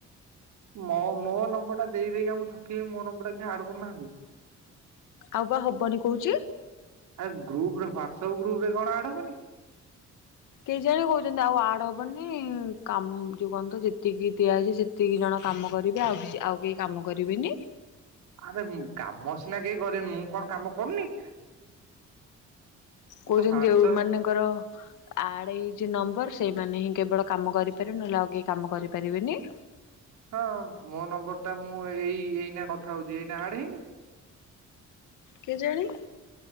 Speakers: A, on the right; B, on the left.
A: ମୋ ମୋ ନମ୍ବର ଟା ଦେଇ‌ ଦେଇକା ମୁଁ ଥକିଲି ମୋ ନମ୍ବର ଟା କାଇଁ ଆଡ଼େ କରୁନାହାନ୍ତି।
B: ଆଉ ବା ହବନି କହୁଛି।
A: ଆରେ ଗ୍ରୁପ ରେ ହ୍ୱାଟ୍ସପ୍ ଗ୍ରୁପ ରେ କଣ ଆଡ୍ ହବନି।
B: କେଇଜାଣି କହୁଛନ୍ତି ଆଉ ଆଡ୍ ହବନି କା ଯୋଉ କଣତ ଯେତିକି ଦିଆହେଇଛି ସେ ଏତିକି ଜଣ କାମ କରିକି ଆଉ ଆଉ କେହି କାମ କରିବେନି।
A: ଆରେ କାମ ସିନା କେହି କରି ମୁଁ କଣ କାମ କରୁନି।
B: କହୁଛନ୍ତି
A: ତ ହ୍ୱାଟ୍ସଆପ
B: ଯୋଉ ମାନଙ୍କର ଆଡ୍ ହେଇଛି ନମ୍ବର ସେଇମାନେ ହିଁ କେବଳ କାମ କରିପାରିବେ ନହେଲେ ଆଉ କେହି କାମ କରିପାରିବେନି।
A: ହଁ ମୋ ନମ୍ବର ଟା ମୁଁ ଏଇ ଏଇନା କଥା ହଉଛି ଏଇନା ଆଡ୍ ହେଇନି।
B: କେଜାଣି।